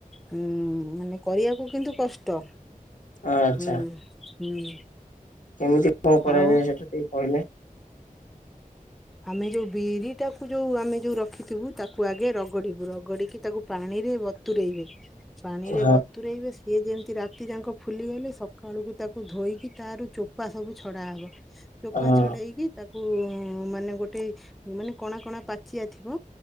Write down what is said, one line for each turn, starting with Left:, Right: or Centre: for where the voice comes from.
Centre: ହୁଁ ମାନେ କରିବାକୁ କିନ୍ତୁ କଷ୍ଟ
Left: ଆଚ୍ଛା
Centre: ହୁଁ ହୁଁ।
Left: କେମିତି କଣ କରାଯାଏ
Centre: ଆଉ
Left: ସେଟା ଟିକେ କହିଲେ?
Centre: ଆମେ ଯୋଉ ବିରି ଟାକୁ ଯୋଉ ଆମେ ଯୋଉ ରଖିଥିବୁ ତାକୁ ଆଗେ ରଗଡିବୁ ରଗଡିକି ତାକୁ ପାଣିରେ ବ ବତୁରେଇବେ ପାଣିରେ
Left: ହଁ
Centre: ବତୁରେଇବେ ସି ସିଏ ଯେମିତି ରାତି ଯାକଁ ଫୁଲିଗଲେ ସକାଳୁକୁ ତାକୁ ଧୋଇକି ତାର ଚୋପା ସବୁ ଛଡ଼ା ହବ। ଚୋପା
Left: ହଁ
Centre: ଛଡେଇକି ତାକୁ ମାନେ ଗୋଟେ ମାନେ କଣା କଣା ପାଚିଆ ଥିବ